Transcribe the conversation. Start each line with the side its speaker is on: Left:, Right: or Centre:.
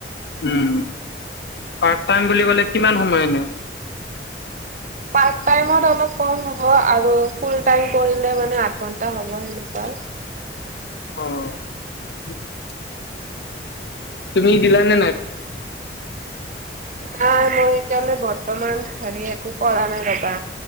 Left: উম, পাৰ্ট টাইম বুলি কলে কিমান সময় এনে?
Right: পাৰ্ট টাইমত অলপ কম হ'ব আৰু ফুল টাইম কৰিলে মানে আঠ ঘন্তা হ'ব এনেকুৱা
Left: অ', তুমি দিলা নে নাই?
Right: নাই মই এতিয়ালে বৰ্তমান হেৰি একো কৰা নাই ৰ'বা